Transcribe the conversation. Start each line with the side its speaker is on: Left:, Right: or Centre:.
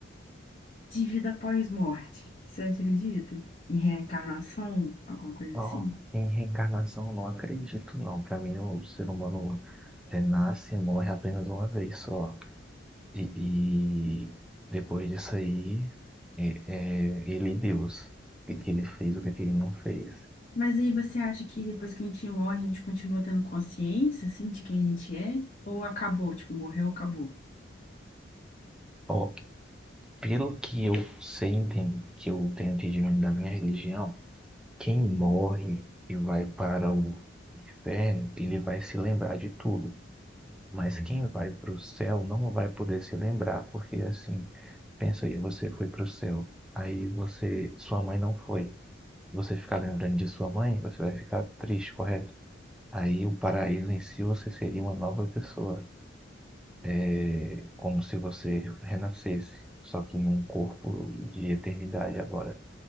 Left: de vida após morte, você acredita? Em reencarnação, alguma coisa
Centre: ó,
Left: assim?
Centre: em reencarnação eu não acredito não. Pra mim o ser humano é, nasce e morre apenas uma vez só. E, e depois disso aí, é, é ele e Deus. O que, que ele fez, o que, que ele não fez.
Left: Mas aí você acha que depois que a gente morre, a gente continua tendo consciência, assim, de quem a gente é? Ou acabou, tipo, morreu, acabou?
Centre: Ó, pelo que eu sei, enten- que eu tenho entendimento da minha religião, quem morre e vai para o inferno, ele vai se lembrar de tudo. Mas quem vai para o céu não vai poder se lembrar, porque assim, pensa aí, você foi para o céu, aí você, sua mãe não foi. Você ficar lembrando de sua mãe, você vai ficar triste, correto? Aí o paraíso em si você seria uma nova pessoa. É como se você renascesse, só que num corpo de eternidade agora,